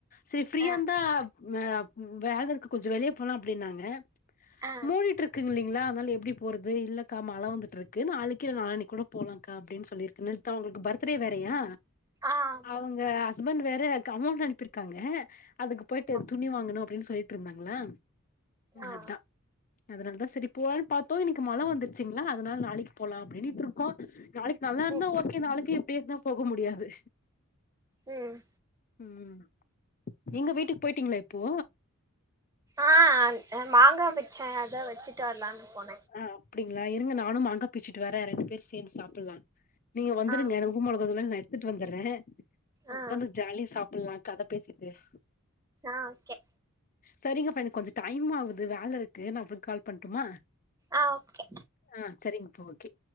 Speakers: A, on the left; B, on the right.
A: சரி ஃப்ரீயா
B: ஆ
A: இருந்தா ஆ வேல இருக்கு கொஞ்சோ வெளிய போலா அப்டின்னாங்க
B: ஆ
A: மூடிட்டு இருக்குங் இல்லீங்களா அதனால எப்டி போறது இல்லக்கா மழ வந்து ட்ருக்கு நாளைக்கு இல்ல நாலாணிக்கூட போலாங்க்கா அப்டின்னு சொல்லிருக்க நேத்து அவங்களுக்கு பர்த்டே வேறயா
B: ஆமா
A: அவுங்க ஹஸ்பண்ட் வேற க அமௌன்ட் அனுப்பிருக்காங்க அதுக்கு போய்ட்டு
B: ஆ
A: துணி வாங்கணு அப்டின் சொல்லிட்ருந்தாங்களா
B: ஆ
A: அதா அதனாலதா சரி போலான்னு பாத்தோ இன்னிக்கு மழ வந்துருச்சுங்களா அதனால நாளைக்கு போலா அப்டின்னு க்ரோ க்கோ நாளைக்கு நல்லா
B: ம்
A: இருந்தா ஓகே நாளைக்கு இப்டியே இருந்தா போக முடியாது
B: ம்
A: ம் எங்க வீட்டுக் போய்ட்டீங்களா இப்போ
B: ஆ மாங்கா பிச்ச அதா வெச்சுட்டு வரலான்னு போன
A: ஆ அப்டிங்களா இருங்க நானு மாங்க பிச்சுட்டு வற ரெண்டு பேரு சேந்து சாப்புல்லா நீங்க வந்துருங்க
B: ஆ
A: உப்பு மொளகா தூள்லா நா எடுத்துட்டு வந்தர்ற
B: ஆ
A: உக்காந்து ஜாலிய சாப்புல்லா கத பேசிட்டு <inaudible>
B: ஆ ஓகே
A: சரிங்க ப்ரெண்ட் கொஞ்சோ டைம் ஆகுது வேல இருக்கு நா அப்றோ கால் பண்டுமா
B: ஆ ஓகே
A: ஆ சரிங்கப்பா ஓகே